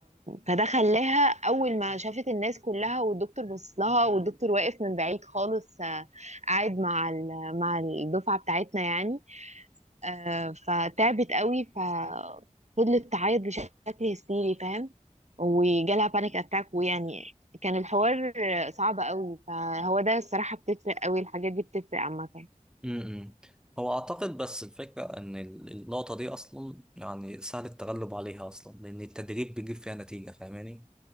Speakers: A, on the right; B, in the centre.
A: فده خلاها اول ما شافت الناس كلها والدكتور بص لها والدكتور واقف من بعيد خالص آه، قاعد مع ال... مع الدفعة بتاعتنا يعني آه، فتعبت قوي ففضلت تعيط بشكل هستيري فاهم وجالها بانيك اتاك ويعني كان الحوار صعب قوي فهو ده الصراحة بتفرق قوي الحاجات دي بتفرق عامة
B: م-م. هو أعتقد بس الفكرة إن ال- النقطة دي أصلا يعني سهل التغلب عليها أصلا لأن التدريب بيجيب فيها نتيجة فاهماني